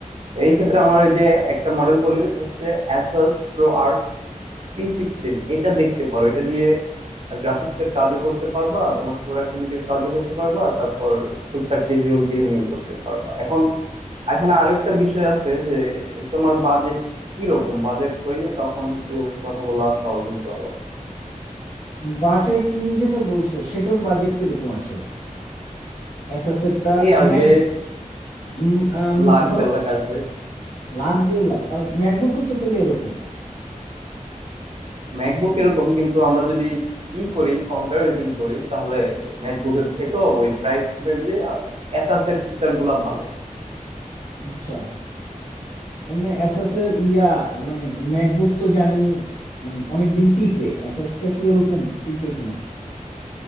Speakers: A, on the right; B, on the left.
A: এই ক্ষেত্রে আমার ওই যে একটা মডেল বলি ওটা হচ্ছে Asus ProArt T sixteen এটা দেখতে পারো এটা দিয়ে গ্রাফিক্স এর কাজও করতে পারবা তোমার প্রোডাক্টিভিটির কাজও করতে পারবা তারপর টুকটাক ক্যাজুয়াল গেমিংও করতে পারবা এখন এখানে আরো একটা বিষয় আছে যে তোমার বাজেট কি রকম বাজেট হইলে তখন একটু কথা বলা সহজ হইতো আরো
B: বাজেট তুমি যেটা বলছো সেটার বাজেট কিরকম আসে অ্যাসাসেটটা
A: এই আসবে
B: ম্যাক উম, আম,
A: লাখ
B: ধরো
A: দেড় লাখ আসবে
B: লাখ দেড় লাখ আর ম্যাকবুকও তো তাহলে এরকম
A: ম্যাকবুক এরকম কিন্তু আমরা যদি ই করি কম্প্যারিজন করি তাহলে ম্যাকবুকের থেকেও ওই প্রাইস রেঞ্জে এসাস এর ফিচার গুলা ভালো
B: আচ্ছা এমনি এসএস এর ইয়া মানে ম্যাকবুক তো জানি মানে অনেকদিন টিকে এসএস টা কি ওরকম টিকে কিনা